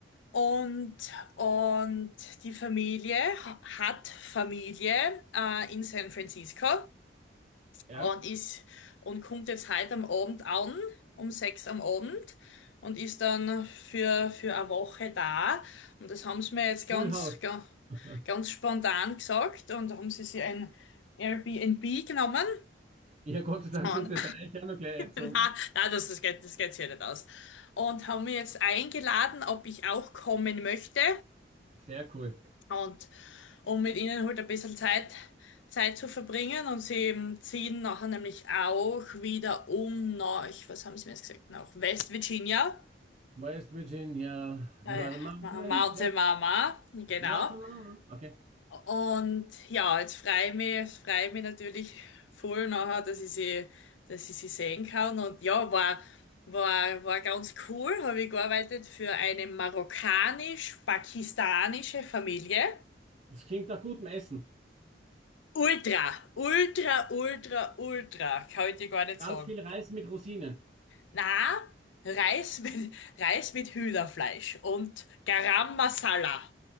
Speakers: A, on the left; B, on the right.
A: Und, und die Familie h- hat Familie äh, in San Francisco.
B: Ja.
A: und ist und kommt jetzt heute am Abend an, um sechs am Abend und ist dann für, für eine Woche da. Und das haben sie mir jetzt ganz,
B: Full House.
A: ga-
B: <laughs>
A: ganz spontan gesagt und da haben sie sich ein Airbnb genommen
B: Ja, Gott sei Dank
A: und
B: sind sie bei euch auch noch gleich
A: <laughs>
B: eingezogen.
A: na, na, das, das geht, das geht sich ja nicht aus. Und haben mich jetzt eingeladen, ob ich auch kommen möchte.
B: Sehr cool.
A: Und um mit ihnen halt ein bisschen Zeit, Zeit zu verbringen. Und sie ähm, ziehen nachher nämlich auch wieder um nach, was haben sie mir jetzt gesagt, nach West Virginia.
B: West Virginia,
A: Äh,
B: where the mountains,
A: Mountain Mama, genau.
B: mountain. Okay.
A: Und ja, jetzt freue ich mich, jetzt freue ich mich natürlich voll nachher, dass ich sie, dass ich sie sehen kann. Und ja, war, war, war ganz cool. Habe ich gearbeitet für eine marokkanisch-pakistanische Familie.
B: Das klingt nach gutem Essen.
A: Ultra, ultra, ultra, ultra, kann ich dir gar nicht
B: Ganz
A: sagen.
B: viel Reis mit Rosinen.
A: Na, Reis mit, Reis mit Hühnerfleisch und Garam Masala,